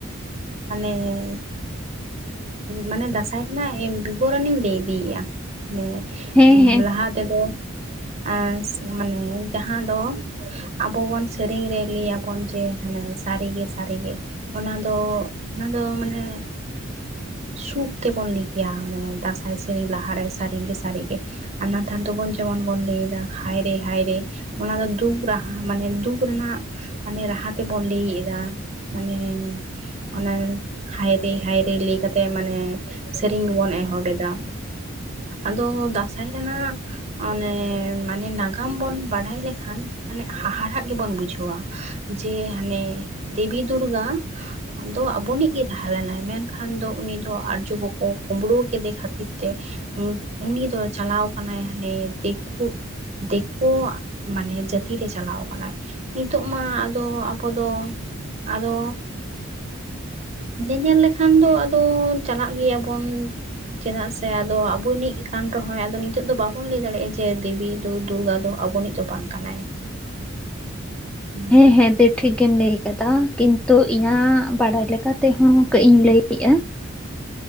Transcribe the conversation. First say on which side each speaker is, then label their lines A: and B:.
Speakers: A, on the right; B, in the centre.
A: ᱢᱟᱱᱮ ᱢᱟᱱᱮ ᱫᱟᱸᱥᱟᱭ ᱨᱮᱱᱟᱜ ᱵᱤᱵᱚᱨᱚᱱᱤᱧ ᱞᱟᱹᱭ ᱤᱫᱤᱭᱮᱫᱼᱟ ᱢᱟᱱᱮ
B: ᱦᱮᱸ ᱦᱮᱸ
A: ᱞᱟᱦᱟ ᱛᱮᱫᱚ ᱟᱸᱥ ᱢᱟᱱᱮ ᱡᱟᱦᱟᱸ ᱫᱚ ᱟᱵᱚ ᱵᱚᱱ ᱥᱮᱨᱮᱧ ᱨᱮ ᱞᱟᱹᱭᱟᱵᱚᱱ ᱡᱮ ᱦᱟᱱᱮ ᱥᱟᱹᱨᱤᱜᱮ ᱥᱟᱹᱨᱤᱜᱮ ᱚᱱᱟ ᱫᱚ ᱚᱱᱟ ᱫᱚ ᱢᱟᱱᱮ ᱥᱩᱠ ᱛᱮᱵᱚᱱ ᱞᱟᱹᱭ ᱠᱮᱭᱟ ᱚᱱᱮ ᱫᱟᱸᱥᱟᱭ ᱥᱮᱨᱮᱧ ᱞᱟᱦᱟᱨᱮ ᱥᱟᱹᱨᱤᱜᱮ ᱥᱟᱹᱨᱤᱜᱮ ᱟᱨ ᱱᱮᱛᱟᱨ ᱫᱚᱵᱚᱱ ᱡᱮᱢᱚᱱ ᱵᱚᱱ ᱞᱟᱹᱭ ᱮᱫᱟ ᱦᱟᱭᱨᱮ ᱦᱟᱭᱨᱮ ᱚᱱᱟ ᱫᱚ ᱫᱩᱠ ᱨᱟᱦᱟ ᱢᱟᱱᱮ ᱫᱩᱠ ᱨᱮᱱᱟᱜ ᱢᱟᱱᱮ ᱨᱟᱦᱟ ᱛᱮᱵᱚᱱ ᱞᱟᱹᱭᱮᱫ ᱮᱫᱟ ᱢᱟᱱᱮ ᱚᱱᱟ ᱦᱟᱭᱨᱮ ᱦᱟᱭᱨᱮ ᱞᱟᱹᱭ ᱠᱟᱛᱮᱜ ᱢᱟᱱᱮ ᱥᱮᱨᱮᱧ ᱜᱮᱵᱚᱱ ᱮᱦᱚᱵ ᱮᱫᱟ᱾ ᱟᱫᱚ ᱫᱟᱸᱥᱟᱭ ᱨᱮᱱᱟᱜ ᱚᱱᱮ ᱢᱟᱱᱮ ᱱᱟᱜᱟᱢ ᱵᱚᱱ ᱵᱟᱰᱟᱭ ᱞᱮᱠᱷᱟᱱ ᱢᱟᱱᱮ ᱦᱟᱦᱟᱲᱟᱜ ᱜᱮᱵᱚᱱ ᱵᱩᱡᱷᱟᱹᱣᱟ ᱡᱮ ᱦᱟᱱᱮ ᱫᱮᱵᱤ ᱫᱩᱨᱜᱟ ᱟᱫᱚ ᱟᱵᱚᱱᱤᱡ ᱜᱮ ᱛᱟᱦᱮᱸ ᱞᱮᱱᱟᱭ ᱢᱮᱱᱠᱷᱟᱱ ᱫᱚ ᱩᱱᱤ ᱫᱚ ᱟᱨᱡᱚ ᱠᱚᱠᱚ ᱠᱩᱢᱵᱽᱲᱩᱣ ᱠᱤᱫᱤ ᱠᱷᱟᱹᱛᱤᱨ ᱛᱮ ᱩᱱᱤ ᱫᱚ ᱪᱟᱞᱟᱣ ᱠᱟᱱᱟᱭ ᱦᱟᱱᱮ ᱫᱤᱠᱩ ᱫᱮᱠᱩ ᱟᱜ ᱢᱟᱱᱮ ᱡᱟᱹᱛᱤᱨᱮ ᱪᱟᱞᱟᱣ ᱠᱟᱱᱟᱭ ᱱᱤᱛᱚᱜ ᱢᱟ ᱟᱫᱚ ᱟᱵᱚ ᱫᱚ ᱟᱫᱚ ᱧᱮᱧᱮᱞ ᱞᱮᱠᱷᱟᱱ ᱫᱚ ᱟᱫᱚ ᱪᱟᱞᱟᱜ ᱜᱮᱭᱟᱵᱚᱱ ᱪᱮᱫᱟᱜ ᱥᱮ ᱟᱫᱚ ᱟᱵᱚᱱᱤᱡ ᱠᱟᱱ ᱨᱮᱦᱚᱸ ᱟᱫᱚ ᱱᱤᱛᱚᱜ ᱫᱚ ᱵᱟᱵᱚᱱ ᱞᱟᱹᱭ ᱫᱟᱲᱮᱭᱟᱜᱼᱟ ᱡᱮ ᱫᱮᱵᱤ ᱫᱚ ᱫᱩᱨᱜᱟ ᱫᱚ ᱟᱵᱚᱱᱤᱡ ᱫᱚ ᱵᱟᱝ ᱠᱟᱱᱟᱭ <inaudible> ᱦᱩᱸ
B: ᱦᱮᱸ ᱦᱮᱸ ᱮᱱᱛᱮ ᱴᱷᱤᱠ ᱜᱤᱢ ᱞᱟᱹᱭ ᱟᱠᱟᱫᱟ ᱠᱤᱱᱛᱩ ᱤᱧᱟᱹᱜ ᱵᱟᱲᱟᱭ ᱞᱮᱠᱟᱛᱮᱦᱚᱸ ᱠᱟᱹᱡ ᱤᱧ ᱞᱟᱹᱭᱮᱜᱼᱟ᱾